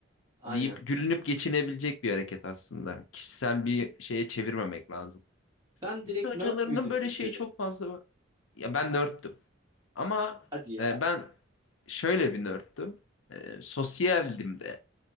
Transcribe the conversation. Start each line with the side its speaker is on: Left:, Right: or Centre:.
Right: Aynen.
Left: deyip gülünüp geçinebilecek bir hareket aslında. Kişisel bir şeye çevirmemek lazım.
Right: Sen direkt
Left: Lise hocalarının
Right: nerd müydün
Left: böyle
Right: lisede?
Left: şeyi çok fazla var. Ya ben nörttüm. Ama
Right: Hadi ya.
Left: e, ben şöyle bir nörttüm. E, sosyaldim de.